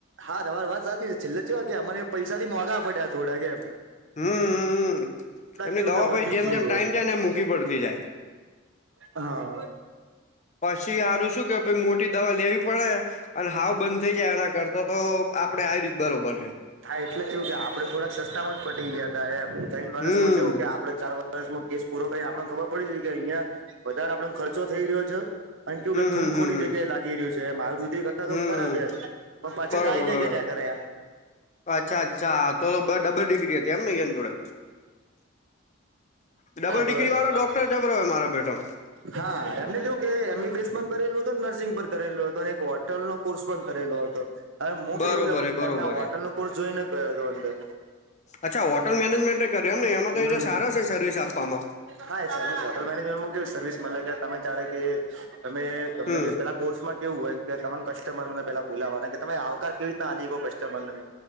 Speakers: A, on the right; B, on the left.
A: હા તમારી વાત સાચી છેલ્લેવા કે અમાને પૈસા થી મોંઘા પડ્યા થોડા કેમ
B: હમ એમની
A: કેવું
B: દવા
A: કે વધી
B: પછી જેમ
A: ગયું
B: જેમ ટાઈમ જાય ને એમ એમ મોંઘી પડતી જાય <inaudible>
A: હા
B: પછી સારું શું કે પ મોટી દવા લેવી પડે અને હાવ બંધ થઇ જાય એના કરતા તો આપડે આવી રીત બરોબર હ
A: હા એટલા જ થું કે આપડે થોડાક સસ્તા માં જ પટી ગયા હતા એમ તઇન વર્ષમાં
B: હમ્મ
A: કેવું આપડે ચાર વર સ કેસ પૂરો થ આપણને ખબર પડી કે અહિયાં વધારે આપડાને ખર્ચો થઈ રહ્યો છે અને કેવું
B: હમ્મ
A: કે
B: હમ્મ
A: થૂમખોટી
B: હમ્મ હમ્મ
A: જગ્યાએ લાગી રહ્યું છે એ આયુર્વેદિક તો
B: હમ્મ
A: કરા બે પણ પાછા
B: બરોબર
A: ગાયનેક
B: બરોબર
A: કર્યા કરે એમ
B: અચ્છા અચ્છા તો તો બ ડબલ ડિગ્રી હતી એમને એ જોડે ડબલ ડિગ્રી
A: બર
B: વાળો ડોક્ટર જબરો હોય મારા બેઠામાં
A: હા એમને શું કે એમબીબીએસ પણ કરેલું હતું નર્સિંગ પણ કરેલું હતું અને હોલ નો કોર્સ પણ કરેલો હતો હવે હું
B: બરોબર
A: કેવું કે
B: હે બરોબર
A: એમને હોટલ
B: હે
A: નો કોર્સ જોઈને ગયો હતો અંદર
B: અચ્છા હોટલ મેનેજમેન્ટ એ કર્યું એમ ને એમાં
A: હમ
B: તો એ સારા છે સર્વિસ આપવામાં
A: હા એ સર્વિસ હોટેલ મેનેજમેન્ટમાં કેવી સર્વિસ મળે કે તમે ચારે કે તમે તમે
B: હમ્મ
A: જે કલાક કોર્સમાં કેવું હોય કે તમામ કસ્ટમરને પેલા બોલાવાના કે તમે આવકાર કેવી રીતના આલી ગ કસ્ટમર ને